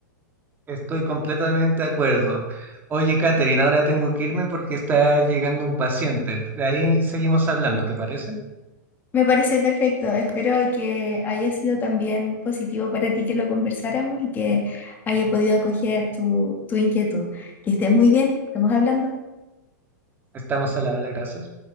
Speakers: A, on the right (about 20°); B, on the left (about 20°).
A: Estoy completamente de acuerdo. Oye, Katherine, ahora tengo que irme porque está llegando un paciente. De ahí seguimos hablando, ¿te parece?
B: Me parece perfecto. Espero que haya sido también positivo para ti que lo conversáramos y que haya podido acoger tu, tu inquietud. Que estés muy bien. Estamos hablando.
A: Estamos al habla, gracias.